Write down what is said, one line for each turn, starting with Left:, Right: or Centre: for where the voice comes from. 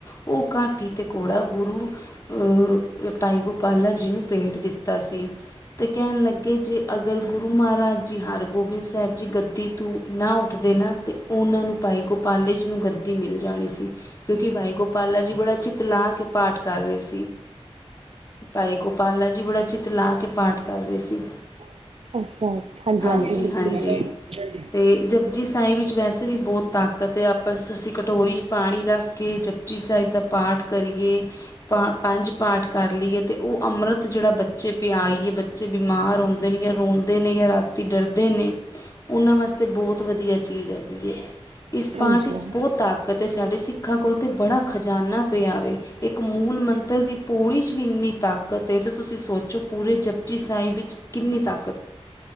Left: ਉਹ ਘਾਟੀ ਤੇ ਘੋੜਾ ਗੁਰੂ ਅਹ ਭਾਈ ਗੋਪਾਲਾ ਜੀ ਨੂੰ ਭੇਟ ਦਿੱਤਾ ਸੀ। ਤੇ ਕਹਿਣ ਲੱਗੇ ਜੇ ਅਗਰ ਗੁਰੂ ਮਹਾਰਾਜ ਜੀ ਹਰਗੋਬਿੰਦ ਸਾਹਿਬ ਜੀ ਗੱਦੀ ਤੋਂ ਨਾ ਉੱਠਦੇ ਨਾ ਤੇ ਉਹਨਾਂ ਨੂੰ ਪਾਈ ਗੁਪ ਪਾਲੇਜੀ ਨੂੰ ਗੱਦੀ ਮਿਲ ਜਾਣੀ ਸੀ। ਕਿਉਂਕਿ ਭਾਈ ਗੋਪਾਲਾ ਜੀ ਬੜਾ ਚਿਤਲਾ ਕੇ ਪਾਠ ਕਰ ਰੇ ਸੀ, ਭਾਈ ਗੋਪਾਲਾ ਜੀ ਬੜਾ ਚਿਤ ਲਾ ਕੇ ਪਾਠ ਕਰ ਰੇ ਸੀ।
Right: <unintelligible> ਹਾਂਜੀ
Left: ਹਾਂਜੀ-ਹਾਂਜੀ
Right: ਹਾਂਜੀ ਬਿਲਕੁਲ ਜੀ
Left: ਤੇ ਜਪੁਜੀ ਸਾਈ ਵਿੱਚ ਵੈਸੇ ਵੀ ਬਹੁਤ ਤਾਕਤ ਆ ਬਸ ਅਸੀਂ ਕਟੋਰੀ 'ਚ ਪਾਣੀ ਰੱਖ ਕੇ ਜਪਜੀ ਸਾਹਿਬ ਦਾ ਪਾਠ ਕਰੀਏ ਪਾ ਪੰਜ ਪਾਠ ਕਰ ਲਈਏ ਤੇ ਉਹ ਅੰਮ੍ਰਿਤ ਜਿਹੜਾ ਬੱਚੇ ਪਿਆਈਏ ਬੱਚੇ ਬਿਮਾਰ ਰੁੰਦੇ ਨੀ ਗੇ ਰੋਂਦੇ ਨਈਏਂ ਰਾਤੀ ਡਰਦੇ ਨੇ। ਉਹਨਾਂ ਵਾਸਤੇ ਬਹੁਤ ਵਧੀਆ ਚੀਜ਼ ਹੈਗੀ ਏ। ਇਸ ਪਾਂਟ
Right: ਹਾਂਜੀ
Left: ਇਚ ਬਹੁਤ ਤਾਕਤ ਐ ਸਾਡੇ ਸਿੱਖਾਂ ਕੋਲ ਤੇ ਬੜਾ ਖਜਾਨਾ ਪਿਆ ਵੇ ਤੇ ਇੱਕ ਮੂਲ ਮੰਤਰ ਦੀ ਪੌੜੀ ਚ ਵੀ ਇੰਨੀ ਤਾਕਤ ਏ ਤੇ ਤੁਸੀਂ ਸੋਚੋ ਪੂਰੇ ਜਪਜੀ ਸਾਈਬ ਵਿੱਚ ਕਿੰਨੀ ਤਕ